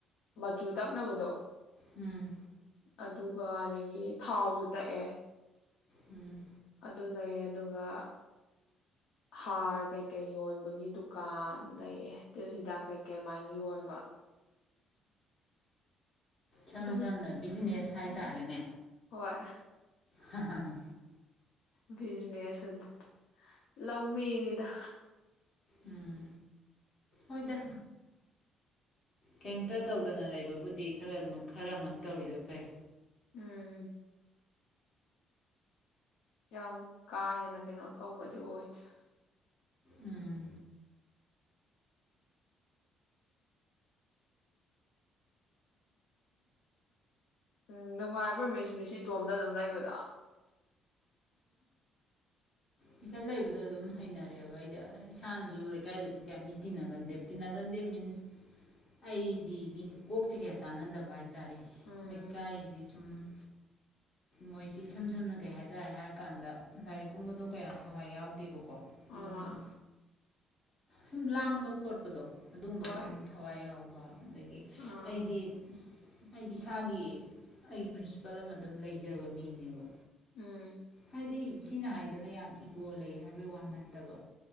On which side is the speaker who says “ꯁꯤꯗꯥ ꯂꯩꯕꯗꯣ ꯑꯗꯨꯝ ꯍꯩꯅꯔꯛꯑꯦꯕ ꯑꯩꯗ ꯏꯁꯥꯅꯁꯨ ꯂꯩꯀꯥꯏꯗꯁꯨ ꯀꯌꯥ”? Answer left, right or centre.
Left